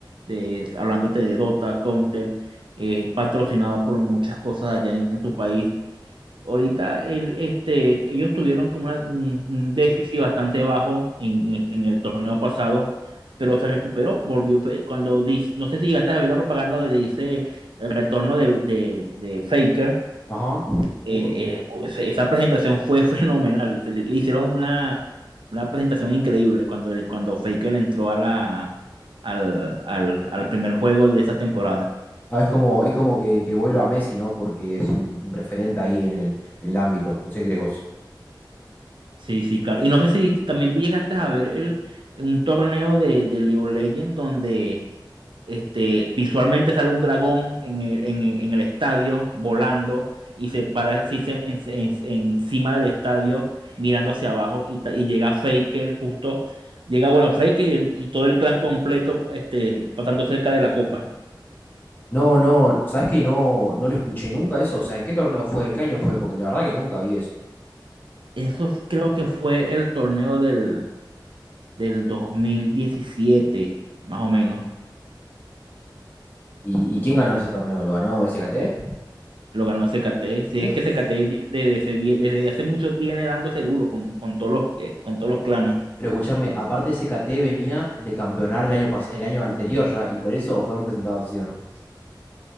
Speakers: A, on the right; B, on the left.
A: de, hablándote de Dota, Counter, eh, es patrocinado por muchas cosas allá en, en su país. Ahorita el, este, ellos tuvieron como una- un, un déficit bastante bajo en, en- este, en el torneo pasado, pero se recuperó, volvió. fue Cuando dice, no sé si llegaste a ver la propaganda donde dice el retorno de, de- de Faker,
B: Ajá.
A: eh, eh, o ese- esa presentación fue <laughs> fenomenal. y se le, le hicieron una, una presentación increíble cuando, cuando Faker entró a la, al, al al primer juego de esa temporada.
B: Ah, es como, es como que, que vuelo a Messi, ¿no? Porque es un, un referente ahí en el, en el ámbito. No sé qué crees vos.
A: Sí, sí, claro. Y no sé si viste- también llegaste a ver el, un torneo de, de League of Legends donde este, visualmente sale un dragón en el, en, el en el estadio volando y se para sí, se- en- en- encima del estadio mirando hacia abajo y, ta- y llega Faker justo, llega, bueno, Faker y, y todo el clan completo este, pasando cerca de la copa.
B: No, no, ¿sabes que no, no lo escuché nunca eso? O sea, ¿en qué torneo fue? ¿En qué año fue? Porque la verdad que nunca vi eso.
A: Eso f- creo que fue el torneo del, del 2017 más o menos.
B: ¿Y, y quién ganó ese torneo? ¿Lo ganó SKT?
A: Lo ganó el CKT. Sí,
B: Uf.
A: es que CKT desde, ese vie- desde hace mucho viene dándose duro con, con todos los, eh, con todos los clanes.
B: Pero escúchame, aparte SKT venía de campeonar el año, pas- el año anterior ya, y por eso fueron presentados así, ¿o no?